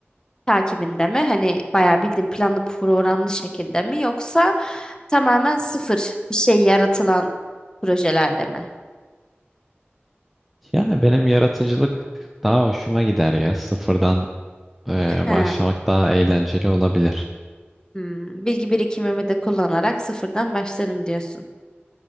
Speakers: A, on the left; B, in the centre.
A: takibinde mi? Hani bayağı bildiğin planlı programlı şekilde mi yoksa tamamen sıfır bir şey yaratılan projelerde mi?
B: Yani benim yaratıcılık daha hoşuma gider ya. Sıfırdan e,
A: He.
B: başlamak daha eğlenceli olabilir.
A: Hmm, Bilgi birikimimi de kullanarak sıfırdan başlarım diyorsun.